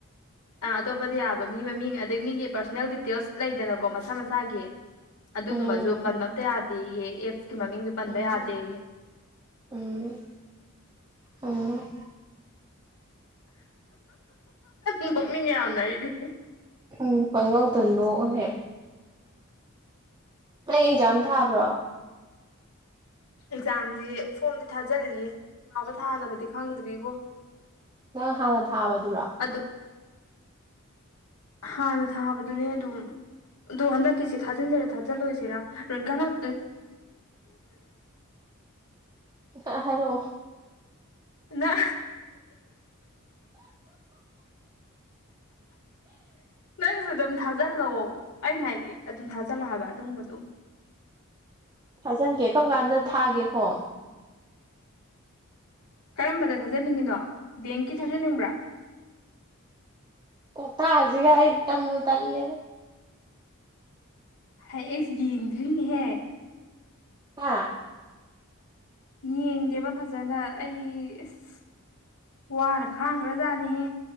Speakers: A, on the left; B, on the right.
A: ꯑꯥ ꯑꯇꯣꯞꯄꯗ ꯌꯥꯕ ꯃꯤ ꯃꯃꯤꯡ ꯑꯗꯩ ꯃꯤꯒꯤ ꯄꯥꯔꯁꯣꯅꯦꯜ ꯗꯤꯇꯦꯜꯁ ꯂꯩꯗꯅꯀꯣ ꯃꯁꯥ ꯃꯁꯥꯒꯤ ꯑꯗꯨꯒꯨꯝꯕꯁꯨ
B: ꯎꯝ
A: ꯄꯟꯕ ꯑꯝꯇ ꯌꯥꯗꯦ ꯑꯦ ꯑꯦꯞ ꯃꯃꯤꯡꯁꯦ ꯄꯟꯕ
B: ꯎꯝ
A: ꯌꯥꯗꯦ
B: ꯎꯝ ꯎꯝ
A: ꯅꯣꯛꯅꯤꯡ ꯌꯥꯝꯅ ꯑꯩꯗꯤ
B: ꯎꯝ ꯐꯉꯥꯎ ꯇꯅꯣ ꯍꯍꯦ ꯅ ꯑꯦꯡꯖꯥꯝ ꯊꯥꯕ꯭ꯔꯣ
A: ꯑꯦꯛꯖꯥꯝꯁꯦ ꯐꯣꯝꯗꯤ ꯊꯥꯖꯤꯜꯂꯤꯌꯦ ꯊꯥꯕ ꯊꯥꯗꯕꯗꯤ ꯈꯪꯗ꯭ꯔꯤꯕꯣ
B: ꯅꯪ ꯍꯥꯟꯅ ꯊꯥꯕꯗꯨꯔꯣ
A: ꯑꯗꯨ ꯍꯥꯟꯅ ꯊꯥꯕꯗꯨꯅꯦ ꯑꯗꯨꯝ ꯑꯗꯨ ꯍꯟꯗꯛꯀꯤꯁꯤ ꯊꯥꯖꯤꯟꯖꯔꯥ ꯊꯥꯖꯤꯜꯂꯨꯁꯤꯔ ꯅ ꯀꯅꯥ
B: ꯑꯔꯣ
A: ꯅ ꯅꯪꯁꯨ ꯑꯗꯨꯝ ꯊꯥꯖꯤꯜꯂꯣ ꯑꯩꯅ ꯍꯥꯏꯗꯤ ꯑꯗꯨꯝ ꯊꯥꯖꯤꯜꯂꯛꯑꯕ ꯑꯗꯨꯒꯨꯝꯝꯕꯗꯨꯣ
B: ꯊꯥꯖꯤꯟꯒꯦ ꯀꯔꯝ ꯀꯥꯟꯗ ꯊꯥꯒꯦ ꯐꯣꯟ
A: ꯀꯔꯝꯕꯗ ꯊꯥꯖꯅꯤꯡꯉꯤꯅꯣ ꯕꯦꯡꯀꯤ ꯊꯥꯖꯅꯤꯡꯕ꯭ꯔꯥ
B: ꯀꯊ ꯑꯖꯤ ꯀꯥ ꯇꯅ ꯇꯂꯗ
A: ꯍꯥꯏ ꯑꯦꯁ ꯌꯦꯡꯗ꯭ꯔꯤꯅꯦꯍꯦ
B: ꯑꯥ
A: ꯌꯦꯡꯗꯦꯕ ꯐꯖꯅ ꯑꯩ ꯑꯁ ꯋꯥꯅ ꯈꯥꯡꯈ꯭ꯔꯖꯥꯠꯅꯤꯍ